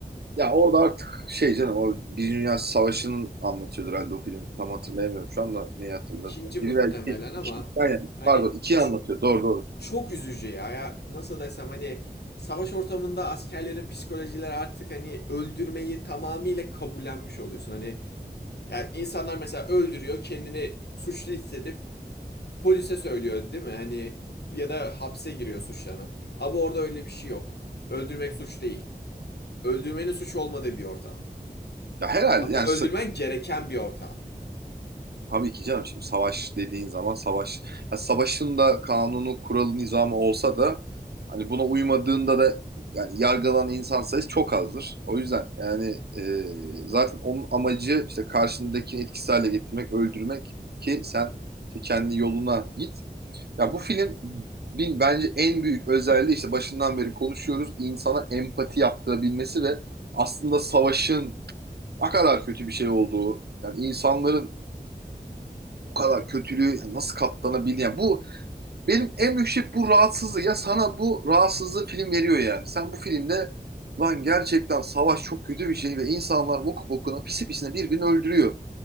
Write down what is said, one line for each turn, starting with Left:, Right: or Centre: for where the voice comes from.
Right: Ya orada artık şey canım o Birinci Dünya Savaşı'nın anlatıyordu herhalde o film. Tam hatırlayamıyorum şu anda neyi hatırladı.
Left: İkinci muhtemelen
Right: Biri ve iki,
Left: ama
Right: iki, aynen,
Left: hani
Right: pardon ikiyi
Left: ç-
Right: anlatıyor. Doğru doğru.
Left: çok üzücü ya. Ya nasıl desem hani savaş ortamında askerlerin psikolojileri artık hani öldürmeyi tamamıyla kabullenmiş oluyorsun. Hani yani insanlar mesela öldürüyor, kendini suçlu hissedip polise söylüyor değil mi? Hani ya da hapse giriyor suçlanıp. Ama orada öyle bir şey yok. Öldürmek suç değil. Öldürmenin suç olmadığı bir ortam.
Right: Ya herhalde
Left: Hatta
Right: yani
Left: öldürmen gereken bir ortam.
Right: Tabii ki canım şimdi savaş dediğin zaman savaş ya savaşın da kanunu kuralı nizamı olsa da hani buna uymadığında da yani yargılanan insan sayısı çok azdır. O yüzden yani e, zaten onun amacı işte karşındakini etkisiz hale getirmek, öldürmek ki sen işte kendi yoluna git. Ya bu film bin bence en büyük özelliği işte başından beri konuşuyoruz insana empati yaptırabilmesi ve aslında savaşın ne kadar kötü bir şey olduğu yani insanların bu kadar kötülüğü nasıl katlanabilir? Yani bu benim en büyük şey bu rahatsızlığı. Ya sana bu rahatsızlığı film veriyor yani. Sen bu filmde lan gerçekten savaş çok kötü bir şey ve insanlar okup okuna pisi pisine birbirini öldürüyor.